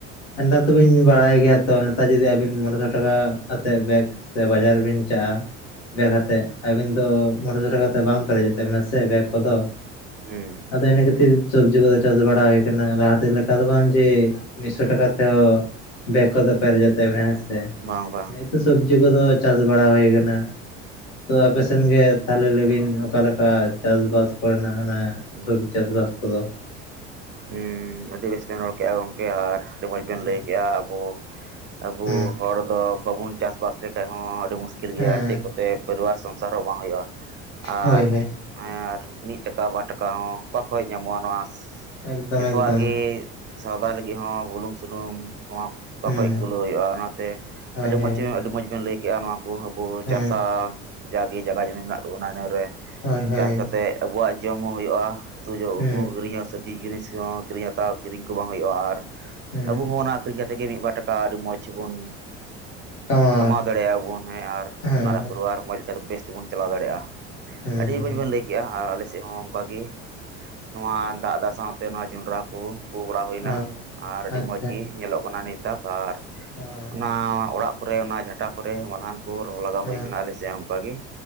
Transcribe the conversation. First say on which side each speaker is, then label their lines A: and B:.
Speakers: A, on the left; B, on the right.
A: <unintelligible> ᱛᱚᱵᱤᱱ ᱵᱟᱲᱟᱭ ᱜᱮᱭᱟ ᱛᱚ ᱱᱮᱛᱟᱨ ᱡᱩᱫᱤ ᱟᱵᱤᱱ ᱢᱚᱲᱮ ᱥᱚ ᱴᱟᱠᱟ ᱠᱟᱛᱮᱫ ᱵᱮᱜ ᱥᱮ ᱵᱟᱡᱟᱨ ᱵᱮᱱ ᱪᱟᱜᱼᱟ <unintelligible> ᱛᱮᱜ ᱟᱹᱵᱤᱱ ᱫᱚ ᱢᱚᱬᱮ ᱥᱚ ᱴᱟᱠᱟ ᱛᱮ ᱵᱟᱝ ᱯᱮᱨᱮᱡᱚᱜ ᱛᱟᱵᱤᱱᱟ ᱥᱮ ᱵᱮᱜᱽ ᱠᱚᱫᱚ
B: ᱦᱮᱸ
A: ᱟᱫᱚ ᱤᱱᱟᱹ ᱠᱷᱟᱹᱛᱤᱨ ᱥᱚᱵᱡᱤ ᱠᱚᱫᱚ ᱪᱟᱥ ᱵᱟᱲᱟ ᱦᱩᱭ ᱟᱠᱟᱱᱟ ᱞᱟᱦᱟᱛᱮ ᱞᱮᱠᱟ ᱫᱚ ᱵᱟᱝ ᱡᱮ ᱢᱤᱫ ᱥᱚ ᱴᱟᱠᱟ ᱛᱮ ᱦᱚ ᱵᱮᱜᱽ ᱠᱚᱫᱚ ᱯᱮᱨᱮᱡᱚᱡ ᱭᱟᱵᱮᱱᱟ ᱦᱮᱸᱥᱮ
B: ᱵᱟᱝ ᱵᱟᱝ
A: ᱱᱮᱛᱩ ᱥᱚᱵᱽᱡᱤ ᱠᱚᱫᱚ ᱪᱟᱥ ᱵᱟᱲᱟ ᱦᱩᱭ ᱟᱠᱟᱱᱟ᱾ ᱛᱚ ᱟᱯᱮ ᱥᱮᱱ ᱜᱮ ᱛᱟᱦᱚᱞᱮ ᱞᱟᱹᱭᱵᱤᱱ ᱚᱠᱟ ᱞᱮᱠᱟ ᱪᱟᱥᱵᱟᱥ ᱠᱚᱨᱮᱱᱟᱜ ᱚᱱᱟ
B: ᱦᱩᱸ
A: ᱥᱟᱵᱽ ᱪᱟᱥ ᱵᱟᱥ ᱠᱚᱫᱚ
B: ᱦᱩᱸ ᱟᱹᱰᱤ ᱵᱮᱥ ᱵᱮᱱ ᱨᱚᱲ ᱠᱮᱫᱼᱟ ᱜᱚᱝᱠᱮ ᱟᱨ ᱟᱹᱰᱤ ᱢᱚᱸᱡᱽ ᱵᱮᱱ
A: ᱦᱩᱸ
B: ᱞᱟᱹᱭ ᱠᱮᱜᱼᱟ ᱟᱵᱚ ᱟᱵᱩ
A: ᱦᱩᱸ
B: ᱦᱚᱲ ᱫᱚ ᱵᱟᱵᱚᱱ ᱪᱟᱥ ᱵᱟᱥ ᱞᱮᱠᱷᱟᱡ ᱦᱚᱸ ᱟᱹᱰᱤ ᱢᱩᱥᱠᱤᱞ
A: ᱦᱮᱸ
B: ᱜᱮᱭᱟ ᱪᱮᱫ ᱠᱚᱛᱮ? ᱯᱚᱨᱤᱵᱟᱨ ᱥᱚᱝᱥᱟᱨ ᱦᱚᱸ ᱵᱟᱝ ᱦᱩᱭᱩᱜᱼᱟ, ᱟᱨ
A: ᱦᱳᱭ ᱦᱳᱭ
B: ᱟᱨ ᱢᱤᱫ ᱴᱟᱠᱟ ᱵᱟᱨ ᱴᱟᱠᱟ ᱦᱚᱸ ᱚᱠᱟ ᱠᱷᱚᱡ ᱧᱟᱢᱚᱜᱼᱟ ᱱᱚᱶᱟ
A: ᱮᱠᱫᱚᱢ
B: ᱡᱚᱛᱚ
A: ᱮᱠᱫᱚᱢ
B: ᱣᱟᱜ ᱜᱮ ᱥᱟᱣᱫᱟ ᱞᱟᱹᱜᱤᱫ ᱦᱚᱸ ᱵᱩᱞᱩᱝ ᱥᱩᱱᱩᱢ ᱱᱚᱶᱟ ᱠᱚ
A: ᱦᱩᱸ
B: ᱚᱠᱚᱭ ᱠᱚᱞᱤ ᱦᱩᱭᱩᱜᱼᱟ ᱚᱱᱟᱛᱮ
A: ᱦᱳᱭ
B: ᱟᱹᱰᱤ
A: ᱦᱳᱭ
B: ᱢᱚᱸᱡᱽ ᱟᱹᱰᱤ ᱢᱚᱸᱡᱽ ᱵᱮᱱ ᱞᱟᱹᱭ ᱠᱮᱫᱼᱟ ᱱᱚᱶᱟ ᱩᱱᱠᱩ ᱦᱚᱸᱵᱚ
A: ᱦᱮᱸ
B: ᱪᱟᱥᱟ ᱡᱟᱜᱮ ᱡᱟᱜᱟ ᱡᱩᱢᱤ ᱢᱮᱱᱟᱜ ᱛᱟᱵᱚᱱᱟ ᱤᱱᱟᱹ ᱨᱮ,
A: ᱦᱳᱭ ᱦᱳᱭ
B: ᱪᱟᱥ ᱠᱟᱛᱮᱜ ᱟᱵᱚᱣᱟᱜ ᱡᱚᱢ ᱦᱚᱸ ᱦᱩᱭᱩᱜᱼᱟ ᱩᱛᱩ ᱡᱚ
A: ᱦᱩᱸ
B: ᱩᱛᱩ ᱠᱤᱨᱤᱧ ᱦᱚᱸ ᱥᱮ ᱡᱤᱱᱤᱥ ᱦᱚᱸ ᱠᱤᱨᱤᱧ ᱦᱟᱛᱟᱣ ᱠᱤᱨᱤᱧ ᱠᱚ ᱵᱟᱝ ᱦᱩᱭᱩᱜᱼᱟ ᱟᱨ
A: ᱦᱩᱸ
B: ᱟᱵᱚ ᱦᱚᱸ ᱚᱱᱟ ᱟᱠᱷᱨᱤᱧ ᱠᱟᱛᱮ ᱜᱮ ᱢᱤᱫ ᱵᱟᱨ ᱴᱟᱠᱟ ᱟᱹᱰᱤ ᱢᱚᱸᱡᱽ ᱵᱚᱱ
A: ᱠᱟᱢᱟᱣᱟ
B: ᱠᱟᱢᱟᱣ ᱫᱟᱲᱮᱭᱟᱜᱼᱟ ᱵᱩᱱ ᱟᱨ
A: ᱦᱮᱸ
B: ᱟᱯᱱᱟᱨᱟᱜ ᱯᱚᱨᱤᱵᱟᱨ ᱢᱚᱸᱡᱽ ᱵᱮᱥ ᱛᱮᱵᱚᱱ ᱪᱟᱞᱟᱣ ᱫᱟᱲᱮᱭᱟᱜᱼᱟ
A: ᱦᱩᱸ
B: ᱟᱹᱰᱤ
A: ᱦᱩᱸ
B: ᱢᱚᱸᱡᱽ ᱵᱮᱱ ᱞᱟᱹᱭ ᱠᱮᱜ-ᱟ ᱟᱨ ᱟᱞᱮ ᱥᱮᱫ ᱦᱚᱸ ᱚᱱᱠᱟᱜ ᱜᱮ ᱱᱚᱶᱟ ᱫᱟᱜ ᱫᱟᱜ ᱥᱟᱶᱛᱮ ᱱᱚᱶᱟ ᱡᱚᱸᱰᱨᱟ ᱯᱩ ᱯᱩ ᱵᱟᱲᱟ ᱦᱩᱭᱱᱟ
A: ᱦᱳᱭ
B: ᱟᱨ ᱟᱹᱰᱤ
A: ᱟᱪᱪᱷᱟ
B: ᱢᱚᱸᱡᱽ ᱜᱮ ᱧᱮᱞᱚᱜ ᱠᱟᱱᱟ ᱱᱮᱛᱟᱜ ᱟᱨ
A: ᱦᱮᱸ
B: ᱚᱱᱟ ᱚᱲᱟᱜ ᱠᱚᱨᱮ ᱚᱱᱟ ᱡᱷᱟᱴᱟ ᱠᱚᱨᱮ ᱢᱟᱞᱦᱟᱱ ᱠᱚᱨ ᱞᱟᱜᱟᱣ
A: ᱦᱮᱸ
B: ᱦᱩᱭᱩ ᱟᱠᱟᱱᱟ ᱟᱞᱮ ᱥᱮᱫ ᱚᱱᱠᱟ ᱜᱮ